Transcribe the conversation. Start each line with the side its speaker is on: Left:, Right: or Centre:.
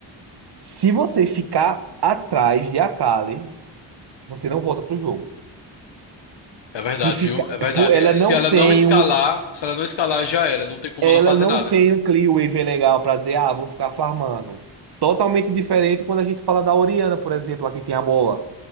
Right: Se você ficar atrás de Akali, você não volta pro jogo.
Left: É verdade,
Right: Se fica
Left: viu? É verdade.
Right: pô, ela
Left: É,
Right: não
Left: Se ela
Right: tem
Left: não escalar,
Right: um,
Left: se ela não escalar, já era. Não tem como
Right: ela
Left: ela fazer
Right: não
Left: nada.
Right: tem um clear wave legal pra dizer, ah, vou ficar farmando. Totalmente diferente quando a gente fala da Orianna, por exemplo, aqui tem a bola.